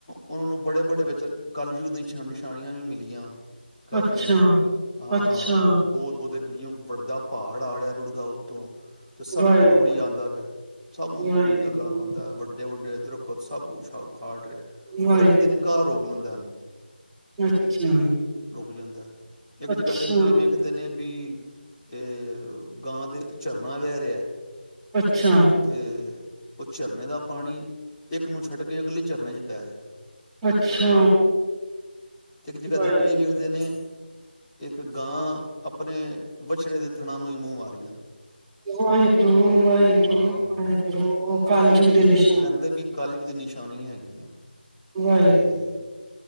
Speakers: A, on the left (about 15°); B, in the centre.
A: ਉਹਨਾਂ ਨੂੰ ਬੜੇ ਬੜੇ ਵਿਚ ਕੱਲਯੁੱਗ ਨਿ ਨਿਸ਼ਾਨੀਆਂ ਵੀ ਮਿਲੀਆਂ ਕਾਫੀਆਂ
B: ਅੱਛਾ
A: ਹਾਂ
B: ਅੱਛਾ
A: ਬਹੁਤ ਬਹੁਤ ਜਿਵੇ ਵੱਡਾ ਪਹਾੜ ਆਿਆ ਰੁੜਗਾ ਉਤ ਤੋਂ ਤੇ ਸਭ
B: ਵਾਹਿਗੁਰੂ
A: ਕੁ ਰੋੜੀ ਆਉਂਦਾ ਪਿਆ ਸਭ ਨੂੰ ਤੋੜੀ
B: ਵਾਹਿਗੁਰੂ
A: ਲੱਗਾ ਆਉਂਦਾ ਵੱਡੇ ਵੱਡੇ ਦੁੱਖਤ ਸਭ ਕੁਛਾ ਰਿਹਾ
B: ਵਾਹਿਗੁਰੂ
A: ਪਰ ਇੱਕ ਤਿੰਨ ਘ ਰੋ ਬੁਲੰਦਾਨ ਨੂੰ
B: ਅੱਛਾ
A: ਰੁਕ ਜਾਂਦਾ ਇੱਕ ਜਗ੍ਹਾ
B: ਅੱਛਾ
A: ਤੇ ਕੀ ਵੇਖਦੇ ਨੇ ਵੀ ਅ <unintelligible>
B: ਅੱਛਾ
A: ਤੇ ਉਹ ਝਰਨੇ ਦਾ ਪਾਣੀ ਇੱਕ ਨੂੰ ਛੱਡ ਕੇ ਅਗਲੀ ਝਰਨੇ ਚ ਪੈ ਰਿਹਾ ਹੈ।
B: ਅੱਛਾ
A: ਤੇ ਇੱਕ ਜਗ੍ਹਾ
B: ਹਾਏ।
A: ਤੇ ਕੀ ਵੇਖਦੇ ਨੇ ਇੱਕ ਗਾਂ ਆਪਣੇ ਵੱਛੜੇ ਦੇ ਥਣਾ ਨੂੰ ਵੀ ਮੂੰਹ ਮਾ <inaudible>
B: ਵਾਹਿਗੁਰੂ-ਵਾਹਿਗੁਰੂ-ਵਾਹਿਗੁਰੂ
A: ਹਾਂ
B: ਵਾਹ। ਕਲਜੁਗ
A: ਤੇ
B: ਦੇ ਨਿਸ਼ਾਨ।
A: ਕਹਿੰਦੇ ਵੀ ਕਲਯੁਗ ਦੀ ਨਿਸ਼ਾਨੀ ਹੈਗੀਆਂ।
B: ਵਾਹਿਗੁਰੂ
A: ਤੇ